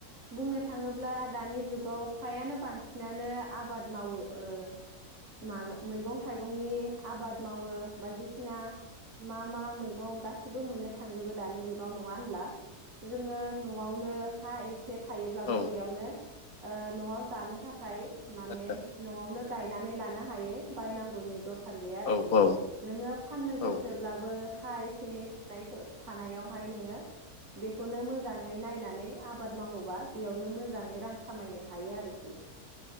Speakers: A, on the right; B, on the left.
A: बुंनो थाङोब्ला दानि जुगाव फ्रायानो बांसिनानो आबाद मावो ओ माबा मैगं थाइगंनि आबाद मावो बायदिसिना मा मा मैगं गासिबो मोननो थांजोबो दानि जुगाव नङा होनब्ला जोङो न'आवनो हा एस से थायोब्लाबो
B: औ
A: बेयावनो ओ न'आव जानो थाखाय माने
B: आदसा
A: न'आवनो गायनानै लानो हायो बायनांगौनि दर खार गैया आरोखि
B: औ औ
A: नोङो फाननो
B: औ
A: गोसोब्लाबो हा एसे एनै थानायसो थानायावहाय नोङो बेखौनो मोज जाङै नायनानै आबाद मावोबा बेयावनो मोजाङै रां खामायनो हायो आरोखि।